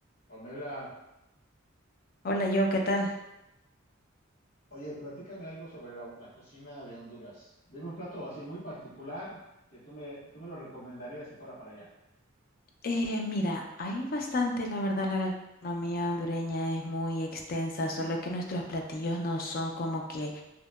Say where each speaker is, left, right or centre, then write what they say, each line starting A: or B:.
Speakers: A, on the left; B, on the left.
A: Pamela,
B: Hola, yo, ¿qué tal?
A: oye, platícame algo sobre la, la cocina de Honduras. Dime un plato así muy particular que tú me, tú me lo recomendarías si fuera para allá.
B: Eh, mira, hay bastante, la verdad, la gastronomía hondureña es muy extensa, solo que nuestros platillos no son como que